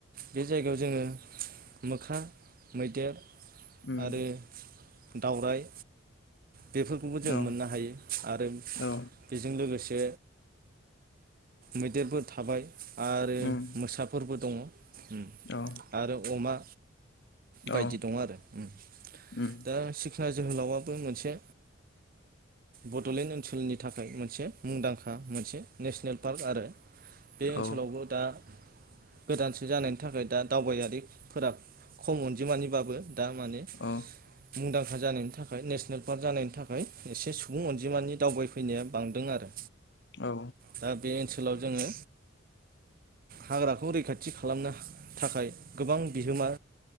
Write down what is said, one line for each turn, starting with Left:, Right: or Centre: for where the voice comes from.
Right: बे जायगायाव जोङो मोक्रा मैदेर
Left: उम
Right: आरो दावरावइ बेफोरखौबो जों
Left: औ
Right: मोननो हायो। आरो
Left: औ
Right: बे '' बे जों लोगोसे मैदेरबो थाबाय आरो
Left: उम
Right: मोसाफोरबो दंङ। ओम
Left: औ
Right: आरो अमा बायदि
Left: औ
Right: दं आरो ओम
Left: उम
Right: दा सिखना जोहोलावाबो मोनसे बड'लेण्ड ओनसोलनि थाखाय मोनसे मुंदांखा मोनसे नेसनेल पार्क आरो बे
Left: औ
Right: ओनसोलावबो दा गोदानसो जानायनि थाखाय दा दावबायारिफोरा खम अनजिमानिबाबो दा माने
Left: औ
Right: मुंदांखा जानायनि थाखाय नेसनेल पार्क जानायनि थाखाय एसे सु बुं अनजिमानि दावबायफैनाया बांदों आरो
Left: औ
Right: दा बे ओनसो सोलाव जोंङो हाग्राखौ रैखाथि खालामनो थाखाय गोबां बिहोमा